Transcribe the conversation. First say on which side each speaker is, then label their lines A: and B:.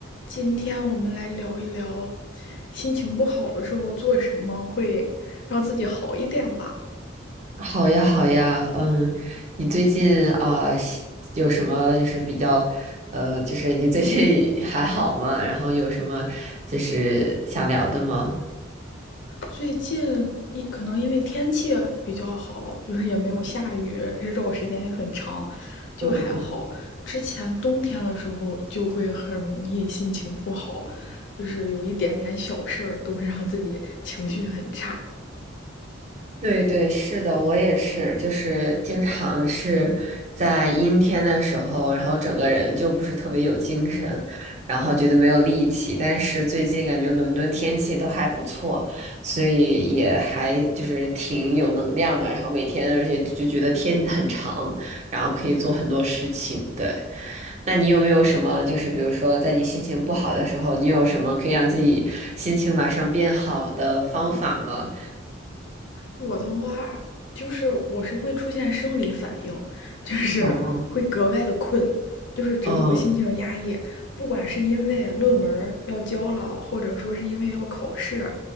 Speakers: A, on the left (about 65°); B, on the right (about 35°).
A: 今天我们来聊一聊，心情不好的时候做什么会让自己好一点吧。
B: 好呀，好呀，嗯，你最近啊，喜有什么就是比较，呃，就是你最近 <laughs> 还好吗？然后有什么就是想聊的吗？
A: 最近一可能因为天气比较好，就是也没有下雨，日照时间也很长，就还好。
B: 嗯嗯嗯。
A: 之前冬天的时候就会很容易心情不好，就是有一点点小事儿都会让自己情绪很差。
B: 对对，是的，我也是，就是经常是在阴天的时候，然后整个人就不是特别有精神，然后觉得没有力气。但是最近感觉伦敦天气都还不错，所以也还就是挺有能量的。然后每天，而且就觉得天很长，然后可以做很多事情。对，那你有没有什么就是比如说在你心情不好的时候，你有什么可以让自己心情马上变好的方法吗？
A: 我的话就是我是会出现生理反应，就是会格外的困，
B: 哦
A: 就是只要我心情压抑，
B: 哦，
A: 不管是因为论文要交了，或者说是因为要考试，